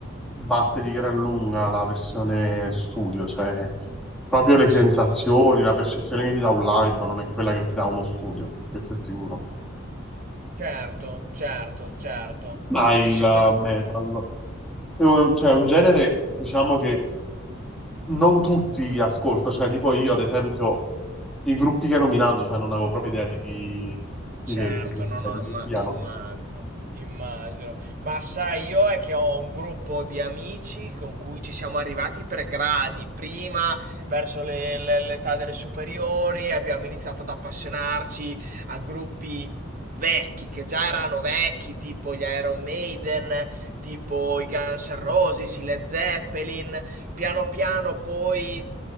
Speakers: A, in the centre; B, on the right.
A: batte di gran lunga la versione studio, cioè proprio le
B: Assolutamente.
A: sensazioni, la percezione che ti dà un live non è quella che ti dà uno studio, questo è sicuro.
B: Certo, certo, certo.
A: Ma il
B: E secondo me
A: metal, eh, cioè è un genere, diciamo che non tutti ascolto, cioè tipo io ad esempio i gruppi che hai nominato, cioè non avevo proprio idea di chi, di
B: Certo,
A: che-
B: no,
A: cioè,
B: no,
A: di
B: imma-
A: chi siano.
B: immagino, immagino. Ma sai, io è che ho un gruppo di amici con cui ci siamo arrivati per gradi. Prima, verso le- le- l'età delle superiori, abbiamo iniziato ad appassionarci a gruppi vecchi, che già erano vecchi, tipo gli Iron Maiden, tipo i Guns N' Roses, i Led Zeppelin. Piano piano poi